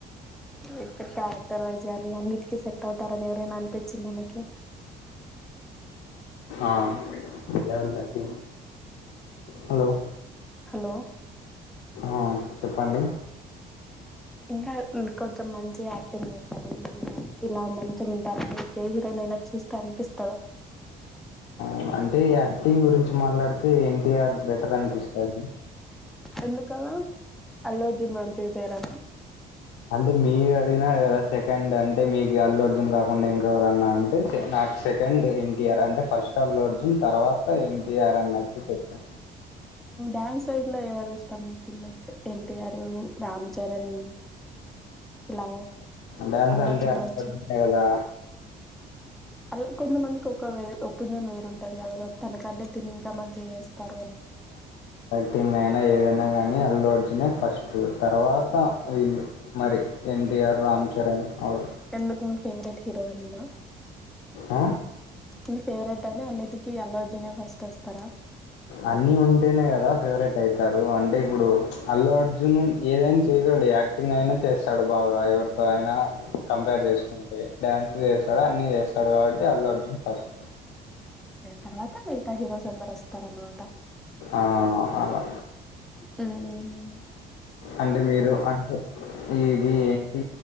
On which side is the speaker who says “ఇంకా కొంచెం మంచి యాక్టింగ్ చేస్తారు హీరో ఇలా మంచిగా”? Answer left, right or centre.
Centre